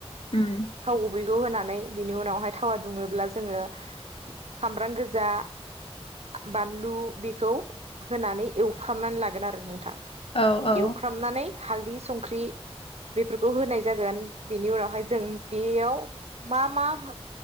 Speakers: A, on the left; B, on the right.
A: उम
B: थाव गुबैखौ होनानै बिनि उनावहाय था थावा दुङोब्ला जोङो सामब्राम गोजा बानलु बेखौ होनानै एवफ्रामनानै लागोन आरो नोंथां।
A: औ औ
B: एवफ्रामनानै हालदै संख्रि बेफोरखौ होनाय जागोन। बेनि उनावहाय जों बेयाव मा मा हो